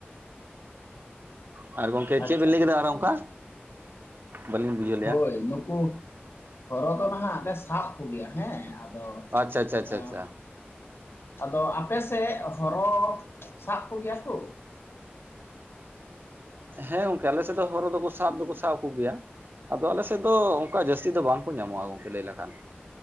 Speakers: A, on the right; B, on the left.
A: ᱟᱨ ᱜᱚᱝᱠᱮ ᱪᱮᱫ
B: ᱟᱪᱪᱷᱟ
A: ᱵᱤᱱ ᱞᱟᱹᱭ ᱠᱮᱫᱟ ᱟᱨ ᱚᱱᱠᱟ ᱵᱟᱹᱞᱤᱧ ᱵᱩᱡᱷᱟᱹᱣ ᱞᱮᱜᱼᱟ
B: ᱦᱳᱭ ᱱᱩᱠᱩ ᱦᱚᱨᱚ ᱫᱚ ᱱᱟᱦᱟᱜ ᱞᱮ ᱥᱟᱵ ᱠᱚᱜᱮᱭᱟ ᱦᱮᱸ ᱟᱫᱚ
A: ᱟᱪᱪᱷᱟ ᱟᱪᱪᱷᱟ ᱟᱪᱪᱷᱟ
B: ᱮᱸ
A: ᱟᱪᱪᱷᱟ
B: ᱟᱫᱚ ᱟᱯᱮ ᱥᱮᱫ ᱦᱚᱨᱚ ᱥᱟᱵ ᱠᱚᱜᱮᱭᱟ ᱠᱚ
A: ᱦᱮᱸ ᱜᱚᱝᱠᱮ ᱟᱞᱮᱥᱮᱫ ᱫᱚ ᱦᱚᱨᱚ ᱫᱚᱠᱚ ᱥᱟᱵ ᱫᱚᱠᱚ ᱥᱟᱵ ᱠᱚᱜᱮᱭᱟ᱾ ᱟᱫᱚ ᱟᱞᱮᱥᱮᱫ ᱫᱚ ᱚᱱᱠᱟ ᱡᱟᱹᱥᱛᱤ ᱫᱚ ᱵᱟᱝᱠᱚ ᱧᱟᱢᱚᱜᱼᱟ ᱜᱚᱝᱠᱮ ᱞᱟᱹᱭ ᱞᱮᱠᱷᱟᱱ